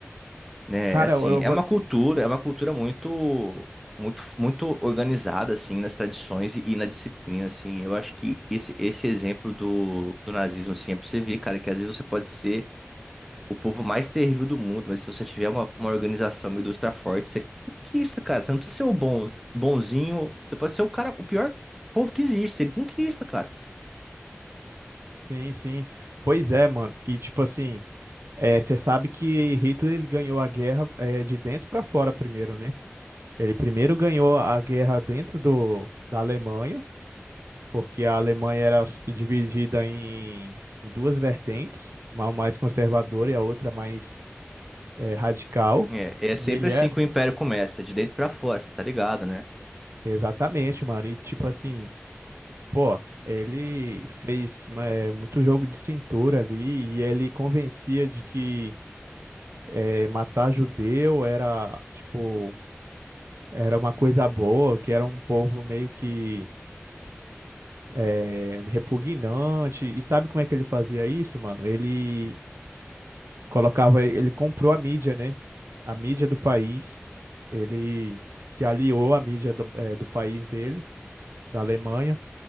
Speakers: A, in the centre; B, on the right (about 75°).
A: né?
B: cara,
A: é Assim,
B: eu eu
A: é
B: vou.
A: uma cultura, é uma cultura muito, muito, muito organizada, assim, nas tradições e, e na disciplina, assim. Eu acho que esse, esse exemplo do, do nazismo, assim, é pra você ver, cara, que às vezes você pode ser o povo mais terrível do mundo, mas se você tiver uma, uma organização, uma indústria forte, você é conquista, cara. Você não precisa ser o bom, bonzinho, você pode ser o cara, o pior povo que existe, você conquista, cara.
B: Sim, sim. Pois é, mano. E, tipo assim, é, você sabe que Hitler ele ganhou a guerra é, de dentro pra fora primeiro, né? Ele primeiro ganhou a guerra dentro do, da Alemanha, porque a Alemanha era s- dividida em, em duas vertentes, uma mais conservadora e a outra mais eh, radical.
A: É, é sempre
B: E ele
A: assim
B: era,
A: que o império começa, de dentro pra fora, você tá ligado, né?
B: exatamente, mano. E tipo assim, pô, ele fez eh, muito jogo de cintura ali e ele convencia de que eh, matar judeu era, tipo, era uma coisa boa, que era um povo meio que é, repugnante. E sabe como é que ele fazia isso, mano? Ele colocava, ele comprou a mídia, né? A mídia do país. Ele se aliou à mídia do, é, do país dele, da Alemanha.